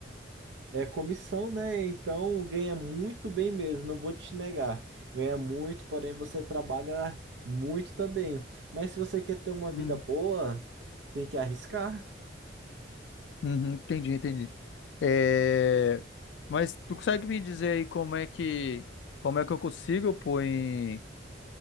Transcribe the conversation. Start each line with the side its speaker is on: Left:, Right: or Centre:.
Right: É comissão, né? Então ganha muito bem mesmo, não vou te negar. Ganha muito, porém você trabalha muito também. Mas se você quer ter uma vida
Left: Uhum,
Right: boa, tem que arriscar.
Left: uhum, entendi, entendi. É, Mas tu consegue me dizer aí como é que, como é que eu consigo, pô, em-